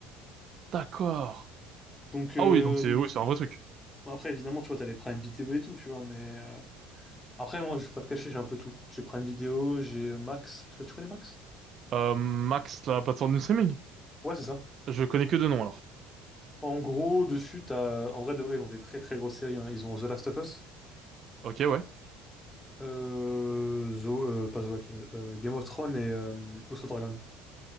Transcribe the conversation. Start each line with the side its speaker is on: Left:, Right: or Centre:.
Right: D'accord.
Left: Donc, euh,
Right: Ah oui, donc c'est,
Left: donc
Right: oui, c'est un vrai truc.
Left: bon, après, évidemment, tu vois, t'as les Prime Vidéo et tout, tu vois, mais... euh, Après, moi, je vais pas te cacher, j'ai un peu tout. J'ai Prime Vidéo, j'ai euh, Max. Je sais pas, tu connais Max?
Right: Euh, Max, la plateforme de streaming?
Left: Ouais, c'est ça.
Right: Je connais que deux noms, alors.
Left: En gros, dessus, t'as... En vrai, de vrai, ils ont des très très grosses séries, hein. Ils ont The Last of Us,
Right: Ok, ouais.
Left: euh... Zo- euh, pas The Walking Dead, euh, Game of Thrones et euh, House of Dragon.